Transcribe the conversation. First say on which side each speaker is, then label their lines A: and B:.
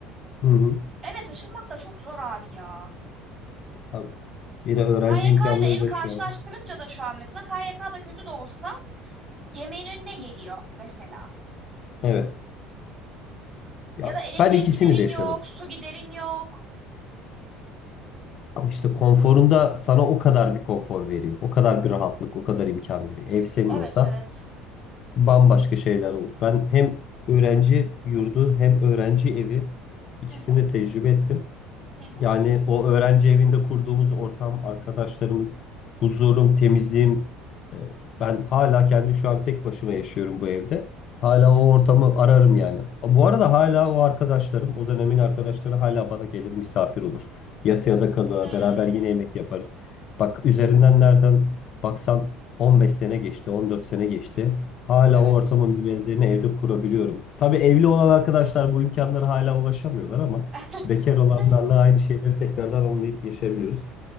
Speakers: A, on the left (about 50°); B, on the right (about 30°).
A: Hı hı.
B: Eve taşınmak da çok zor abi ya.
A: E tabii. Bir de öğrenci
B: K Y
A: imkanları
B: K ile evi
A: da
B: karşılaştırınca
A: şu an.
B: da şu an mesela K Y K da kötü de olsa yemeğin önüne geliyor mesela.
A: Evet. Ya
B: Ya da elektrik
A: ben ikisini
B: giderin
A: de yaşadım.
B: yok, su giderin yok.
A: Ama işte konforunda sana o kadar bir konfor veriyor. O kadar bir rahatlık, o kadar imkan veriyor. Ev senin
B: Evet
A: olsa
B: evet.
A: bambaşka şeyler oldu. Ben hem öğrenci yurdu hem öğrenci evi ikisini
B: Hı hı
A: de tecrübe ettim.
B: hı hı
A: Yani o öğrenci evinde kurduğumuz ortam, arkadaşlarımız, huzurum, temizliğim. e, Ben hala kendi şu an tek başıma yaşıyorum bu evde. Hala
B: hı
A: o
B: hı.
A: ortamı ararım yani. Bu arada hala o arkadaşlarım, o dönemin arkadaşları hala bana gelir misafir olur. Yatıya da kalır,
B: Hmm,
A: beraber yine yemek yaparız. Bak üzerinden nereden baksan 15 sene geçti, 14 sene geçti. Hala
B: evet.
A: o ortamın bir benzerini evde kurabiliyorum. Tabii evli olan arkadaşlar bu imkanlara hala ulaşamıyorlar ama
B: <laughs>
A: bekar olanlarla aynı şeyleri tekrardan anlayıp yaşayabiliyoruz.